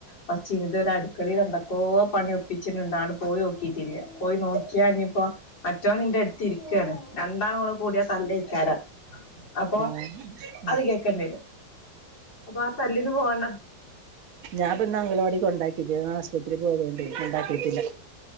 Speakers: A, on the left (about 90°); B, on the right (about 55°).
A: കൊച്ച് ഇതു വരേ അടുക്കണില്ല എന്തൊക്കോ പണി ഒപ്പിച്ചിട്ടുണ്ട് പോയി നോക്കിട്ടില്ല. പോയി നോക്കിയാഞ്ഞിപ്പോ. മറ്റവൻ ഇന്റെ അടുത്ത് ഇരിക്കാണ് രണ്ടാളുംകൂടികൂടിയാ തല്ലയിക്കാരം. അപ്പൊ
B: <inaudible>
A: അത് കേക്കേണ്ടിത് അപ്പൊ ആ തല്ലിനു പോവണ്ട.
B: ഞാൻ പന്ന്അംഗലവാടി കൊണ്ടാക്കിട്ട് ഇല ആശ്പത്രില് പോയത് കൊണ്ട് കൊണ്ടാക്കിട്ടില്ല.